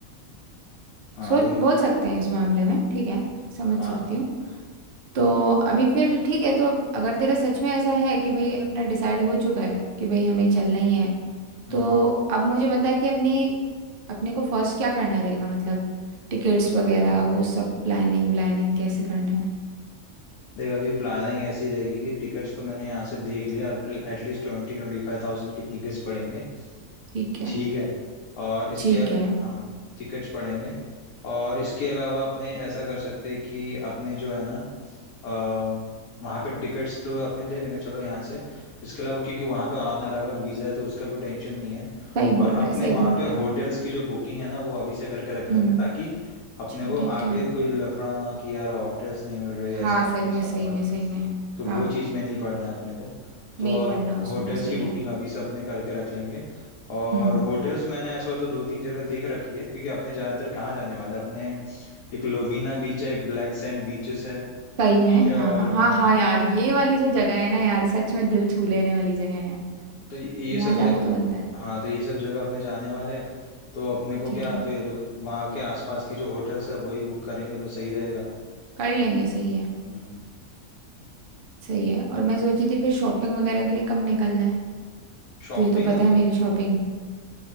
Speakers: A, on the left; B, on the right.
A: हाँ
B: सोच
A: वही
B: बोल सकते हैं इस मामले में ठीक है समझ
A: हाँ
B: सकती हूँ तो अभी फिर ठीक है तो अब अगर तेरा सच में ऐसा है कि भाई
A: हम्म
B: अपना डिसाइड हो चुका है कि भाई हमें चलना ही है
A: हम्म
B: तो अब मुझे पता है कि अपनी अपने को फर्स्ट क्या करना रहेगा मतलब टिकट्स वगैरह वो सब प्लानिंग व्लानिंग कैसे करना है
A: देख अभी प्लानिंग ऐसी रहेगी कि टिकट्स तो मैंने यहाँ से देख लिया एटलीस्ट ट्वेंटी ट्वेंटी फाइव थाउजेंड की टिकट्स पड़ेंगे
B: ठीक है
A: ठीक है और इसके
B: ठीक है
A: हाँ टिकट्स पड़ेंगे और इसके अलावा अपने ऐसा कर सकते हैं कि अपने जो है ना अ, वहाँ पे टिकट्स तो अपने ले लेंगे चलो यहाँ से इसके अलावा क्योंकि वहाँ पे ऑन अराइवल वीज़ा है तो उसका कोई टेंशन नहीं है
B: सही बोल
A: और
B: रहे
A: अपने
B: सही
A: वहाँ
B: बोल रहे
A: पे
B: हैं हाँ
A: होटल्स की जो बुकिंग है ना वो अभी से करके रख लेंगे
B: हम्म
A: ताकि अपने
B: चल
A: को
B: ठीक
A: आगे
B: है
A: कोई लफड़ा ना हो कि यार होटल्स नहीं मिल रहे
B: हाँ
A: ऐसा नहीं
B: सही
A: वैसा
B: में सही
A: नहीं हो
B: में
A: रहा
B: सही में
A: तो वो
B: हाँ
A: चीज़ में नहीं पड़ना है अपने को तो
B: नहीं
A: अब
B: पढ़ना उसमें
A: होटल्स
B: सही
A: की बुकिंग
B: है
A: अभी से अपने करके रख लेंगे और
B: हम्म
A: होटल्स मैंने ऐसा हो तो दो तीन जगह देख रखी है क्योंकि अपने ज़्यादातर कहाँ जाने वाले हैं? अपने एक लोवीना बीच है एक ब्लैक सैंड बीचेस है
B: सही में
A: ठीक है और
B: हाँ हाँ
A: हाँ
B: हाँ यार ये वाली जो जगह है ना यार सच में दिल छू लेने वाली जगह है
A: तो ये
B: यहाँ
A: सब
B: जाना
A: जगह
B: तो बनता है
A: हाँ तो ये सब जगह अपने जाने वाले हैं तो अपने को
B: ठीक
A: क्या
B: है
A: फिर वहाँ के आसपास की जो होटल्स है वही बुक करेंगे तो सही रहेगा
B: कर लेंगे सही है
A: हम्म
B: सही है और मैं सोची थी फिर शॉपिंग वगैरह के लिए कब निकलना है
A: शॉपिंग
B: तुझे तो पता है मेरी शॉपिंग